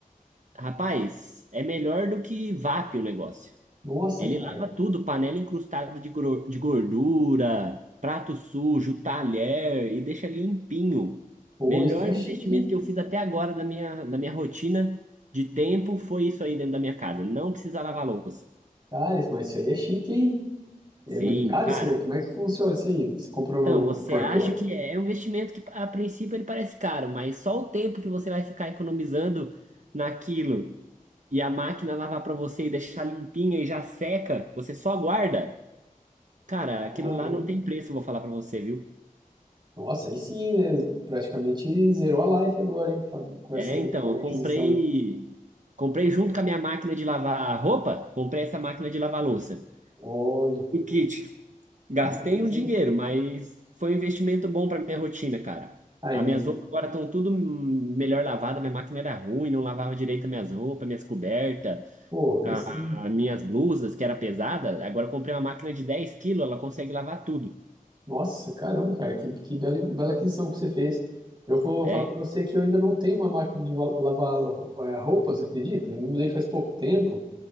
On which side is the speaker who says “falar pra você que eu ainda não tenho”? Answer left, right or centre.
Right